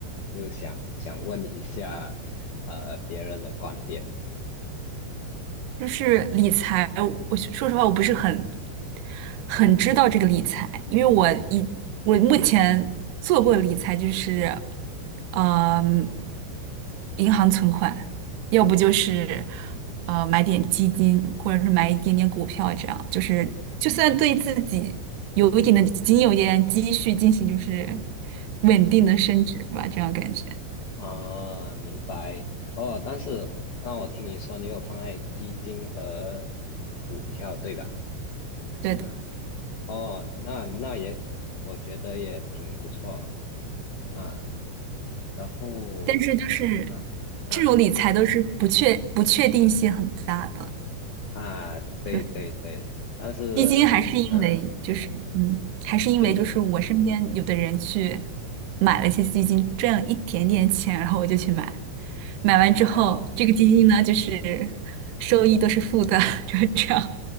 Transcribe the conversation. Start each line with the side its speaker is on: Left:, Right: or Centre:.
Left: 就想想问一下，呃，别人的观点。
Right: 就是理财，我说实话，我不是很很知道这个理财，因为我以我目前做过的理财就是，嗯、银行存款，
Left: 嗯
Right: 要不就是呃买点基金，或者是买一点点股票，这样就是就算对自己有一点的仅有一点积蓄进行就是稳定的升值吧，
Left: 嗯，
Right: 这样感觉。
Left: 啊，明白。哦，但是那我听你说你有放在基金和股票，对吧？
Right: 对的。
Left: 对吗？哦，那那也，我觉得也挺不错嘛。啊。然后
Right: 但是就是
Left: 啊啊
Right: 这种理财都是不确不确定性很大的，
Left: 啊，对对对，
Right: 就是
Left: 但是嗯，
Right: 基金还是因为就是嗯，还是因为就是我身边有的人去
Left: 就
Right: 买了一些基金，赚了一点点钱，然后我就去买，买完之后这个基金呢就是收益都是负的，
Left: 哦
Right: <laughs> 就是这样。